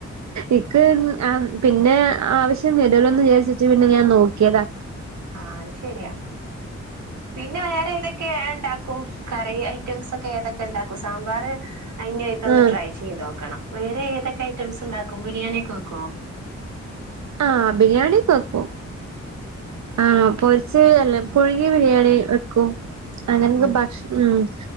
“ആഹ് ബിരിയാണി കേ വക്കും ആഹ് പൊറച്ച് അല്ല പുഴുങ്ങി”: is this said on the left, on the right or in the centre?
Right